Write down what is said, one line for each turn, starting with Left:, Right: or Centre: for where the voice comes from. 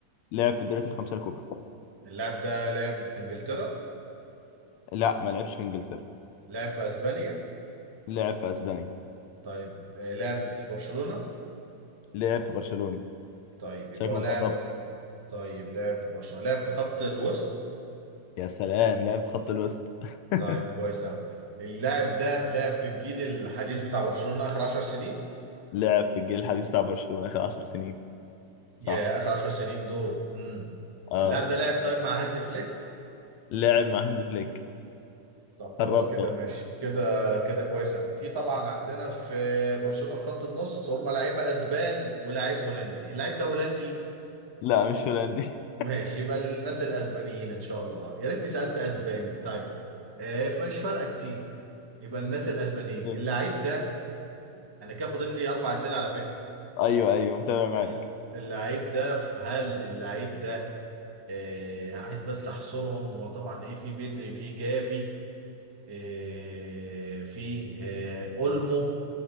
Left: لعب في الدوريات الخمسة الكبرى
Right: اللاعب ده لعب في انجلترا
Left: لا ما لعبش في انجلترا
Right: لعب في اسبانيا
Left: لعب في اسبانيا
Right: طيب آه، لعب في برشلونة
Left: لعب في برشلونة
Right: طيب
Left: شكلك
Right: يبقى هو لاعب
Left: قربت
Right: طيب لعب في برشلونة لعب في خط الوسط
Left: يا سلام لعب في خط الوسط <laughs>
Right: طيب كويس قوي اللاعب ده لعب في الجيل الحديث بتاع برشلونة اخر 10 سنين
Left: لعب في الجيل الحديث بتاع برشلونة آخر 10 سنين صح
Right: يا اخر 10 سنين دول امم
Left: اه
Right: اللاعب ده لعب طيب مع هانزي فليك
Left: لعب مع هانز فليك
Right: طب خلاص
Left: قربت
Right: كده
Left: أهو.
Right: ماشي كده كده كويس قوي في طبعا عندنا في برشلونة في خط النص هم لعيبه اسبان ولاعيب هولندي اللاعب ده هولندي
Left: لا مش هولندي
Right: ماشي يبقى الناس الاسبانيين ان شاء الله يا ريتني سالت اسباني طيب آه فمش فارقه كتير يبقى الناس الاسبانيين
Left: <laughs>
Right: اللعيب ده انا كده فاضل لي اربع اسئله على فكره
Left: ايوه ايوه متابع معاك
Right: ال- اللعيب ده في- هل اللعيب ده آه عايز بس احصرهم هو طبعا ايه في بدري في جافي آه فيه آه اولمو